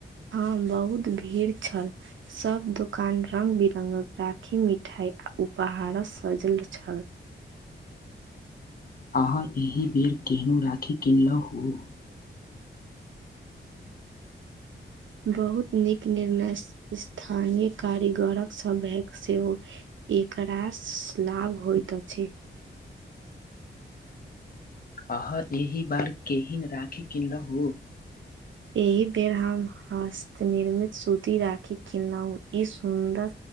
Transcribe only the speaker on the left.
अहाँ एहि बेर केहनु राखी किनलहुँ?
अहाँ एहि बार केहेन राखी किनलहु?